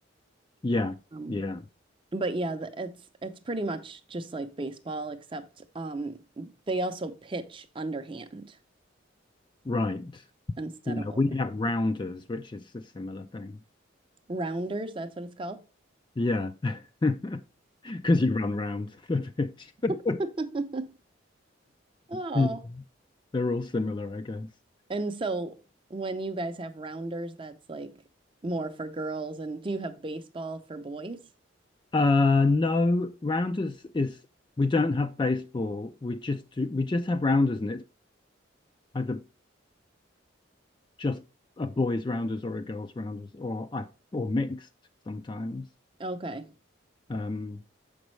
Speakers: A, on the left; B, on the right.
A: yeah,
B: Um,
A: yeah.
B: but yeah, the, it's it's pretty much just like baseball, except um, they also pitch underhand
A: Right.
B: instead
A: Yeah,
B: of over.
A: we have rounders, which is a similar thing.
B: Rounders, that's what it's called.
A: Yeah. <laughs> Because you run round the pitch. <laughs>
B: <laughs> Oh,
A: Yeah, They're all similar, I guess.
B: and so when you guys have rounders, that's like more for girls. And do you have baseball for boys?
A: Uh no, rounders is we don't have baseball. We just do we just have rounders and it's either just a boys rounders or a girls rounders or I or mixed sometimes.
B: Okay.
A: Um